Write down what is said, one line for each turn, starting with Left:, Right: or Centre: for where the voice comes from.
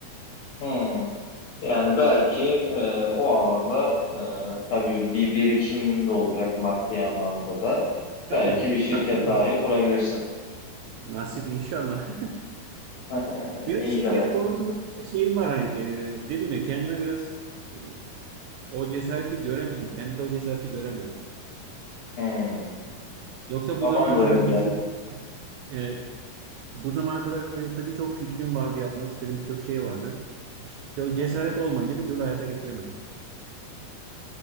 Left: Hı. Yani belki e, o alanda e, tabii bir birikim de olacak maddi anlamda da.
Right: Tabii,
Left: Belki bir şirket
Right: tabii, tabii.
Left: dahi kurabilirsin.
Right: Nasip inşallah.
Left: <laughs>
Right: <laughs> Biraz
Left: İnşallah.
Right: şirket konusunda şeyim var. Hani, e, dedim ya kendime biraz e, o cesareti göremiyorum. Kendimde o cesareti göremiyorum.
Left: Hı.
Right: Yoksa
Left: Babam
Right: bu zamana
Left: da öyle
Right: kadar birçok
Left: der.
Right: e, Bu zamana kadar yoksa birçok fikrim vardı, yapmak istediğim birçok şey vardı. İşte o cesaret
Left: Hı hı.
Right: olmayınca bir türlü hayata geçiremedim.